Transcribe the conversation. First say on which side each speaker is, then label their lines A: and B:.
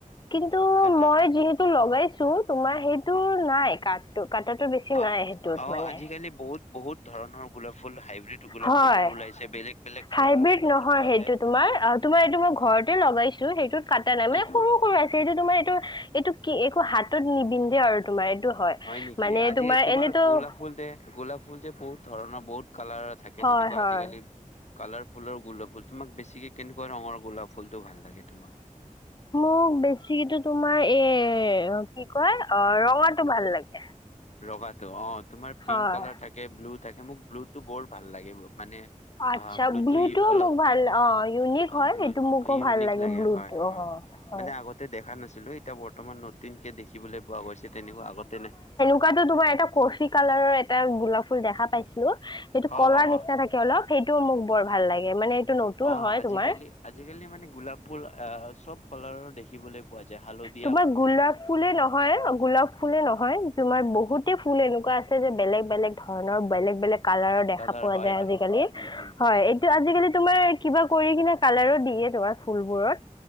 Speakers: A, on the left; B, on the left.
A: কিন্তু
B: কাটা
A: মই যিহেতু লগাইছো তোমাৰ- সেইটোৰ
B: অ
A: নাই, কাটাতো বেছি
B: অ
A: নাই সেইটোত
B: অ
A: মানে।
B: আজিকালি বহুত বহুত- ধৰণৰ গোলাপ ফুল হাইব্ৰীড গোলাপ
A: হয়
B: ফুলবোৰ ওলাইছে, বেলেগ বেলেগ কালাৰৰ
A: হাইব্ৰীড
B: গোলাপ
A: নহয়
B: ফুল পোৱা
A: সেইটো
B: যায়।
A: তোমাৰ অঁ, তোমাৰ এইটো মই ঘৰতে লগাইছো। সেইটোত কাটা নাই মানে
B: এইটো
A: সৰু সৰু আছে, সেইটো তোমাৰ এইটো- এইটো কি, একো হাতত নিবিন্ধে আৰু তোমাৰ এইটো হয়
B: নেকি
A: মানে
B: আজি
A: তোমাৰ এনেটো-
B: গোলাপ ফুল যে গোলাপ ফুল যে বহুত ধৰণৰ, বহুত কালাৰৰ থাকে।
A: হয়
B: যেনেকুৱা
A: হয়
B: আজিকালি- কালাৰ ফুলৰ গোলাপ ফুল। তোমাক বেছিকে কেনেকুৱা ৰঙৰ গোলাপ ফুলটো ভাল লাগে তোমাক?
A: মোক বেছিকো তোমাৰ এ কি কয় অঁ ৰঙাটো ভাল লাগে।
B: ৰঙাটো অঁ, তোমাৰ পিংক
A: হয়
B: কালাৰ থাকে, ব্লু থাকে, মোক ব্লু টো বৰ ভাল লাগে মানে- অঁ,
A: আচ্ছা
B: ব্লুটো ই অলপ
A: মোক ভাল অ ইউনিক
B: অঁ
A: হয়
B: ব্লু
A: সেইটো মোকো
B: ইউনিক
A: ভাল
B: লাগে
A: ব্লুটো
B: হয়,
A: অ
B: অঁ।
A: হয়
B: মানে আগতে দেখা নাছিলো, এতিয়া বৰ্তমান নতুনকে দেখিবলৈ পোৱা গৈছে, তেনেকুৱা আগতে নাই।
A: <unintelligible> কা তোমাৰ এটা কফি কালাৰৰ এটা গোলাপ ফুল দেখা পাইছিলো। সেইটো
B: অ
A: কলাৰ
B: অ
A: নিচিনা
B: অ
A: থাকে। অলপ সেইটোও মোক বৰ ভাল লাগে মানে এইটো নতুন-
B: অঁ,
A: হয়
B: আজিকালি
A: তোমাৰ
B: আজিকালি মানে গোলাপ ফুল আহ চব কালাৰৰ দেখিবলৈ পোৱা যায়। হালধি, -
A: তোমাৰ গোলাপ ফুলে ন- হয় গোলাপ ফুলে নহয়, তোমাৰ বহুতে ফুল এনেকুৱা আছে যে বেলেগ বেলেগ ধৰণৰ বেলেগ বেলেগ- কালাৰৰ দেখা
B: কালাৰ
A: পোৱা
B: হয়
A: যায়
B: হয়
A: আজিকালি।
B: উম উম
A: হয়, এইটো আজিকালি তোমাৰ- কিবা কৰি কিনে কালাৰো দিয়ে তোমাৰ ফুলবোৰত।